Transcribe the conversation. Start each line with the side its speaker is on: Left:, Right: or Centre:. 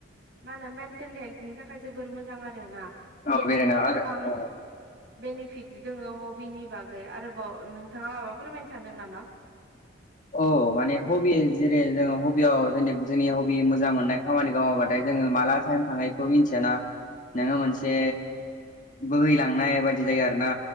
Right: मा होनो मेन्टेल हेल्थनि थाखाय जोबोर मोजां आरो ना
Left: औ
Right: थ' बिदिनो
Left: बेरायना आरो
Right: गोबां बेनिफिट दङो हबिनि बागै आरोबाव नोंथाङा माबा फोरमायनो सानदों नामा
Left: औ माने हबि जेरै जोङो हबियाव जों जोंनि हबि मोजां मोननाय खामानिखौ मावबाथायों जोङो माला टाइम थांनायखौ मिथियाना नोङो मोनसे बोहैलांनाय बायदि जायो आरो ना